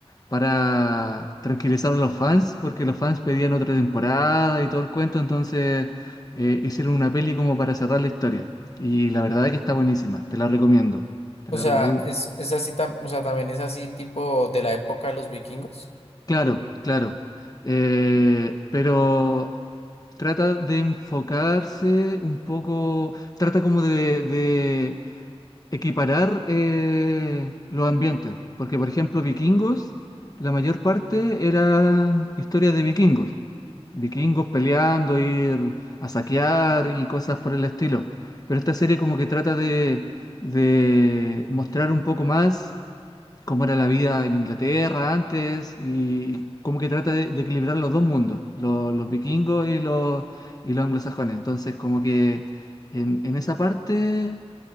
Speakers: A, on the left (about 35°); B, on the left (about 70°).
A: para tranquilizar a los fans, porque los fans pedían otra temporada y todo el cuento, entonces eh, hicieron una peli como para cerrar la historia. Y la verdad es que está buenísima, te la recomiendo. Te
B: O
A: la
B: sea,
A: recomiendo.
B: es, es así, tam- o sea, también es así tipo de la época de los vikingos.
A: Claro, claro. Eh, pero trata de enfocarse un poco, trata como de, de equiparar eh, los ambientes, porque por ejemplo, Vikingos, la mayor parte eran historias de vikingos. vikingos peleando, ir a saquear y cosas por el estilo. Pero esta serie como que trata de, de mostrar un poco más cómo era la vida en Inglaterra antes y como que trata de, de equilibrar los dos mundos, lo- los vikingos y los, y los anglosajones. Entonces como que en, en esa parte